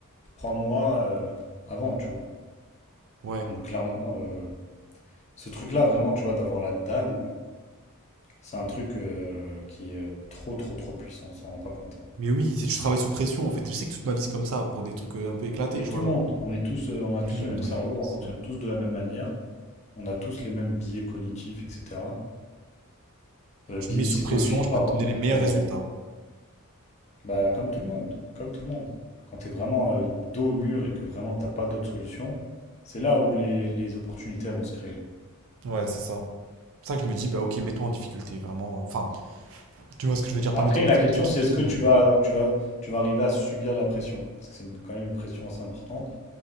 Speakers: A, on the left; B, on the right.
A: trois mois euh, avant, tu vois.
B: Ouais.
A: Donc clairement, euh, ce truc-là, vraiment, tu vois, d'avoir la dalle, c'est un truc euh, qui est trop, trop, trop puissant, on s'en rend pas compte. hein.
B: Mais oui, si tu travailles sous pression, en fait, je sais que toute ma vie c'est comme ça, pour des trucs euh, un peu éclatés,
A: Et
B: tu
A: tout
B: vois,
A: le
B: genre
A: monde,
B: pour
A: on est tous, euh, on a tous
B: tout le monde,
A: le même
B: ouais.
A: cerveau,
B: C'est
A: on fonctionne
B: vrai.
A: tous de la même manière, on a tous les mêmes biais cognitifs, etc. Euh,
B: Tu
A: biais
B: me mets sous
A: psychologiques,
B: pression, je
A: pardon,
B: peux te donner les meilleurs
A: mais
B: résultats.
A: euh, bah, comme tout le monde, comme tout le monde. Quand tu es vraiment euh, dos au mur et que vraiment t'as pas d'autre solution, c'est là où les, les opportunités elles vont se créer.
B: Ouais, c'est ça. C'est pour ça que je me dis, bah ok, mets-toi en difficulté, vraiment. Enfin, tu vois ce que je veux dire,
A: Après,
B: pas mets-toi en difficulté,
A: la question,
B: quitte
A: c'est
B: tout,
A: est-ce que
B: mais...
A: tu vas, tu vas, tu vas arriver à subir la pression? Parce que c'est une- quand même une pression assez importante.